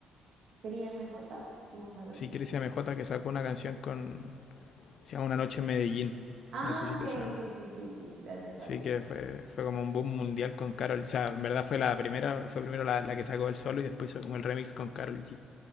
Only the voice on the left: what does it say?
Sí,
Chris MJ que sacó una canción con. Se llama Una Noche en Medellín.
No sé si
te suena.
Sí,
que fue, fue como un boom mundial con Carol. O sea, en verdad fue la primera, fue primero la, la que sacó el solo y después hizo como el remix con Carol G.